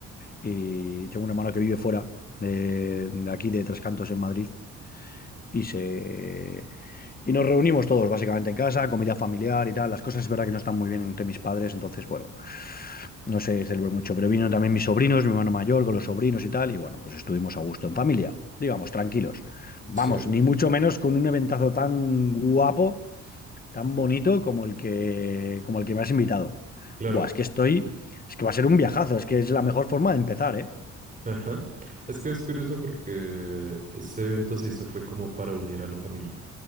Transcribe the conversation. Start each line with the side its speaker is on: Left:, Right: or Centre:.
Left: Y tengo un hermano que vive fuera de, de aquí, de Tres Cantos, en Madrid. Y se y nos reunimos todos básicamente en casa, comida familiar y tal. Las cosas es verdad que no están muy bien entre mis padres, entonces bueno, no se celebró mucho. Pero vino también mis sobrinos, mi hermano mayor con los sobrinos y tal. Y bueno, pues estuvimos a gusto en familia, digamos, tranquilos. Vamos,
Right: Sí,
Left: ni mucho menos con un eventazo tan guapo, tan bonito como el que, como el que me has invitado.
Right: claro.
Left: Buah, es que estoy, es que va a ser un viajazo, es que es la mejor forma de empezar, ¿eh?
Right: Ajá. Es que es curioso porque ese evento se hizo fue como para unir a la familia,